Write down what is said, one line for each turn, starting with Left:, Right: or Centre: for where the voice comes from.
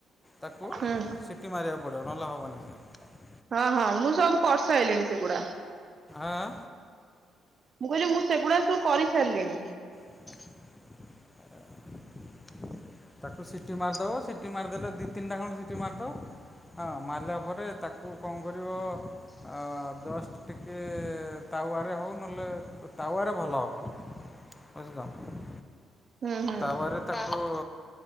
Left: ତାକୁ
Right: ହୁଁ
Left: ସିଟି ମାରିବାକୁ ପଡ଼ିବ ନଲେ ହବନି ସେ।
Right: ହଁ ହଁ ମୁଁ ସବୁ କରିସାଇଲିଣି ସେଗୁଡା।
Left: ଆଁ
Right: ମୁଁ କହିଲି ମୁଁ ସେଗୁଡା ସବୁ କରିସାରିଲିଣି।
Left: <inaudible> ତାକୁ ସିଟି ମାରିଦବ ସିଟି ମାରିଦେଲେ ଦି ତିନିଟା ଖଣ୍ଡେ ସିଟି ମାରିଦବ। ହଁ ମାରିଲା ପରେ ତାକୁ କଣ କରିବ ଆଁ ଜଷ୍ଟ ଟିକେ ତାୱାରେ ହଉ ନହେଲେ ତାୱାରେ ଭଲ ହବ। ବୁଝିଲ।
Right: ହୁଁ ହୁଁ
Left: ତାପରେ ତାକୁ